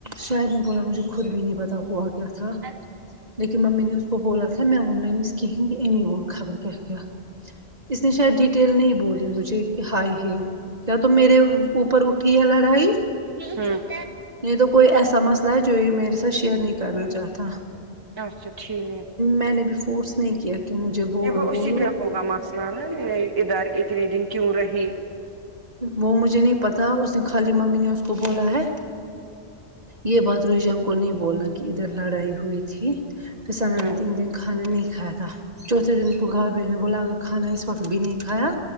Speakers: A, on the right; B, on the right.
A: شاید نے بولا مجھے خود بھی نہیں پتا ہوا کیا تھا
B: اچھا
A: لیکن مممی نے اس کو بولا تھا م میں وون ن نہ نہیںم ک کہیین امی وون خبر کیا کیا اس نے شاید ڈیٹیل نہیں بولی مجھے کہ ہائے ہی کیا تو میرے اوپر اٹھی ہے لڑائی
B: ہوں
A: نہیں تو کوئی ایسا مسئلہ ہے جو یہ میرے ساتھ شیئر نہیں کرنا چاہتا
B: اچھا ٹھیک
A: میں نے بھیھی فورس نہیں کیا کہ مجھے بولو
B: یہ وه
A: بولو
B: اسی پ ہوگا مسئلہ ن ادھر اتنے دن کیوں رہی
A: وہ مجھے نہیں پتا اس نے خالی ممی نے اس کو بولا ہے یہ بات رو جام کو نہیں بولنا کہ ادھر لڑائی ہوئی تھی پھر سنا
B: ہوں
A: نے تین دن کھ کھانہ نہیں کاائے تھا چوتھے دن پ گھر بیجنے بلا ا کھا اس وت بھی نہیں کایا